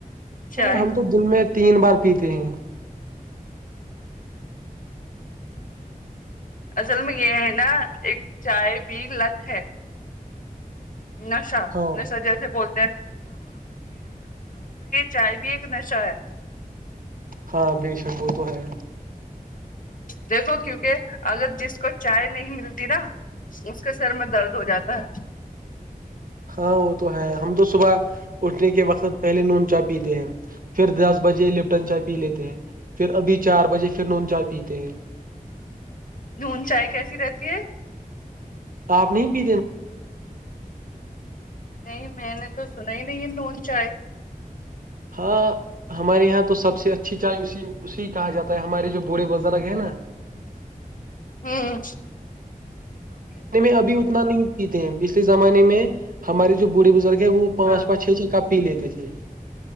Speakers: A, on the right; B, on the left.
A: ہاں
B: چائے
A: ہم تو دن میں تین بار پیتے ہیں
B: اصل میں یہ ہے نا ایک چائے پی لت ہے نشہ
A: ہاں
B: نشہ جیسے بول چائے بھی ایک نشہ ہے
A: ہاں بے شک تو ہے
B: دیکھو کیونکہ اگر جس کو چائے نہیں ملتی نا اس کا سر میں درد ہو جاتا ہے
A: ہاں وہ تو ہے ہم تو صبح اٹھنے کے وقت پہلے میں ان جب بھی تھے دس بجے لفٹن چائے پی لیتے ہیں پھر ابھی چار بجے پھر نون چائے پیتے ہیں
B: نون چائے کیسی رہتی ہے
A: اپ نہیں پی
B: نہیں میں نے تو سنا ہی نہیں ہے نون چائے
A: ہاں ہمارے ہاں تو سب سے اچھی چاے اسی اسی کہا جاتا ہے ہمارے جو بوڑھے بزرگ ہیں نا
B: ہاں
A: میں ابھی اتنا نہیں پیتے ہیں پچھلے زمانے میں ہمارے جو بوڑھے بزرگ ہیں وہ پانچ
B: ہاں
A: پانچ چھ چھ کاپ پی لیتے تھے